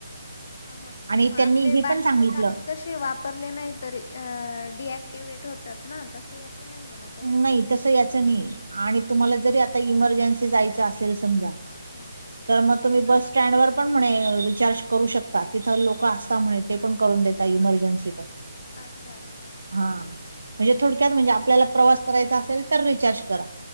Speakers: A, on the left (about 40°); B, on the right (about 75°).
A: हा हा
B: आणि
A: मग
B: त्यांनी
A: आपले
B: हे
A: बाकीचे
B: पण सांगितलं
A: कार्ड कसे वापरले नाही तर डीएक्टिवेट होतात ना तसं याच नाही आहे ना काही
B: नाही तसं याचं नाही आणि तुम्हाला जरी आता इमर्जन्सी जायचं असेल समजा
A: हम
B: तर मग तुम्ही बस स्टँड वर पण म्हणे रिचार्ज करू शकता तिथं लोक असता म्हणत ते पण करून देता इमर्जन्सी पण
A: अच्छा अच्छा
B: हा म्हणजे थोडक्यात म्हणजे आपल्याला प्रवास करायचा असेल तर रिचार्ज करा